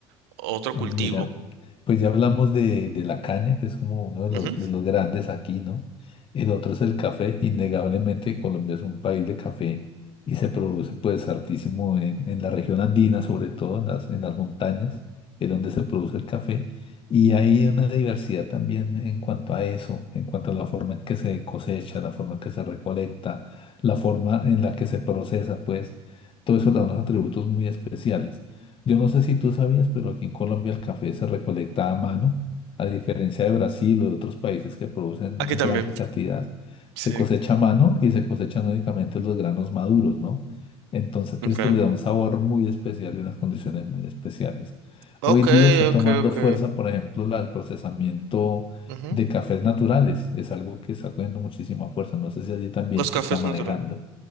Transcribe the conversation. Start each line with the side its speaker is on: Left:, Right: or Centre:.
Right: otro
Left: Mira,
Right: cultivo?
Left: pues ya hablamos de, de la caña, que es como uno de
Right: Ujú.
Left: los, de los grandes aquí, ¿no? El otro es el café. Innegablemente Colombia es un país de café y se produce pues hartísimo en, en la región andina, sobre todo en las, en las montañas, es donde se produce el café. Y hay una diversidad también en cuanto a eso, en cuanto a la forma en que se cosecha, la forma en que se recolecta, la forma en la que se procesa, pues todo eso le da unos atributos muy especiales. Yo no sé si tú sabías, pero aquí en Colombia el café se recolecta a mano, a diferencia de Brasil o de otros países que producen
Right: Aquí
Left: gran
Right: también,
Left: cantidad,
Right: sí.
Left: se cosecha a mano y se cosechan únicamente los granos maduros, ¿no? Entonces,
Right: Okay.
Left: esto le da un sabor muy especial y unas condiciones muy especiales.
Right: Ok,
Left: Hoy día está
Right: ok,
Left: tomando
Right: ok.
Left: fuerza, por ejemplo, la- el procesamiento
Right: Ujú.
Left: de cafés naturales. Es algo que está cogiendo muchísima fuerza. No sé si allí también
Right: Los
Left: se
Right: cafés
Left: está manejando.
Right: naturales.